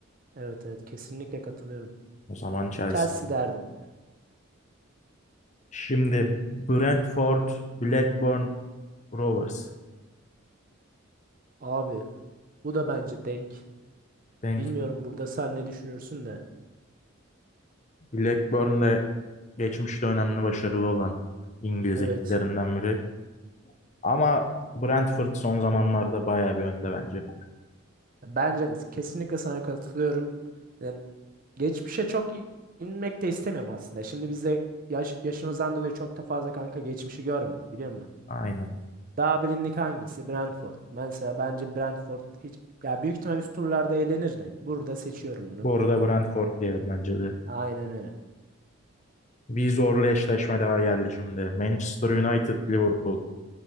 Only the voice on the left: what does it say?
O zaman Chelsea.
Şimdi Brentford, Blackburn, Rovers.
Denk
Blackburn de geçmişte önemli başarılı olan İngiliz
ekiplerinden biri. Ama Brentford son zamanlarda bayağı bir önde bence.
Aynen.
Bu arada Brentford diyelim bence de.
Bir zorlu eşleşme daha geldi şimdi. Manchester United, Liverpool.